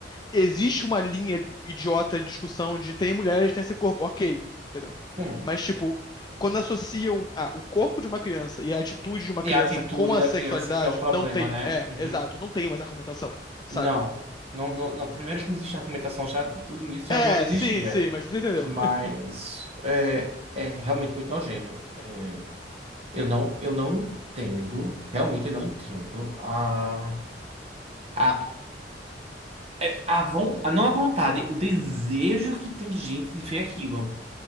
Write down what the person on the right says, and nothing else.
Sim.
E
a atitude
da
criança que é o problema,
né?
Uhum.
Não. Não, não, não. Primeiro que não existe argumentação, já do início já,
não- já não existia.
Mas
é, é realmente muito nojento. É, eu não, eu não entendo, realmente eu não entendo a, a É, a von, a- não a vontade, o desejo que tem de gente de ver aquilo.